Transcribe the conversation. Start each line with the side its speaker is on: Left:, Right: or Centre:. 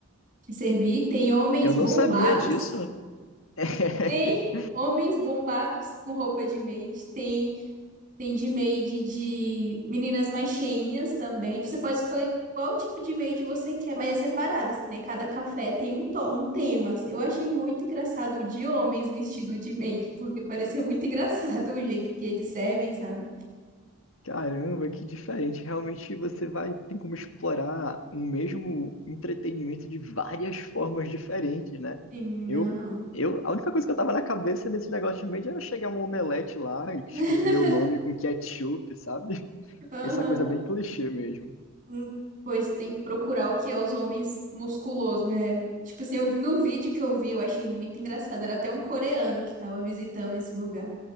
Right: servir. Tem homens
Left: eu
Right: bombados,
Left: não sabia disso. <laughs>
Right: tem homens bombados com roupa de maid, tem, tem de maid de meninas mais cheinhas também. Você pode escolher qual tipo de maid você quer, mas é separado, assim, né? Cada café tem um, to- um tema. assim. Eu achei muito engraçado o de homens vestido de maid, porque parecia muito <laughs> engraçado o jeito que eles servem, sabe?
Left: Caramba, que diferente. Realmente você vai, tem como explorar um mesmo entretenimento de várias formas diferentes, né?
Right: Sim,
Left: Eu,
Right: aham.
Left: eu, a única coisa que eu tava na cabeça nesse negócio de mídia era chegar um omelete lá, escrito
Right: <laughs>
Left: meu nome com ketchup, sabe? <laughs>
Right: Aham.
Left: Essa coisa bem clichê mesmo.
Right: Hum, Pois tem que procurar o que é os homens musculosos. É, tipo assim, eu vi no vídeo que eu vi, eu achei muito engraçado. Era até um coreano que tava visitando esse lugar.